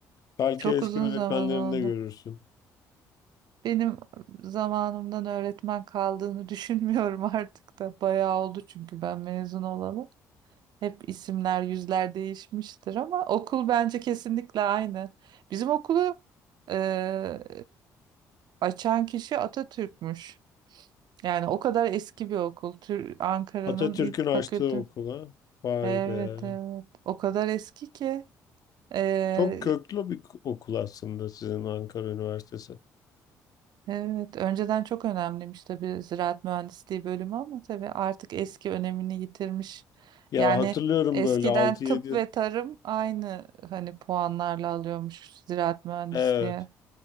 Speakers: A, on the left; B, on the right.
A: Belki
B: Çok
A: eski
B: uzun
A: öğretmenlerini
B: zaman oldu.
A: de görürsün.
B: Benim zamanımdan öğretmen kaldığını <laughs> düşünmüyorum artık da. Bayağı oldu çünkü ben mezun olalı. Hep isimler, yüzler değişmiştir ama okul bence kesinlikle aynı. Bizim okulu eee, açan kişi Atatürk'müş. Yani o kadar eski bir okul. Tür Ankara'nın
A: Atatürk'ün
B: ilk
A: açtığı
B: fakülte.
A: okula. Vay
B: Evet
A: be.
B: evet. O kadar eski ki. Ee,
A: Çok köklü bir okul aslında sizin Ankara Üniversitesi.
B: evet. Önceden çok önemliymiş tabii ziraat mühendisliği bölümü ama tabii artık eski önemini yitirmiş.
A: Ya
B: Yani
A: hatırlıyorum
B: eskiden
A: böyle altı
B: tıp
A: yedi
B: ve tarım aynı hani puanlarla alıyormuş ziraat mühendisliği.
A: Evet.